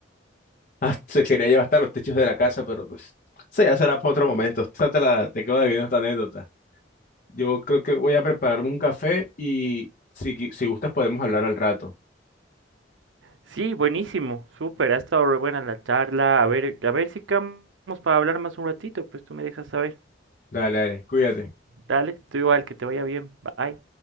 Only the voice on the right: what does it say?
Sí, buenísimo, súper, ha estado re buena la charla. A ver, a ver si quedamos para hablar más un ratito, pues tú me dejas saber.
Dale, tú igual, que te vaya bien. Bye.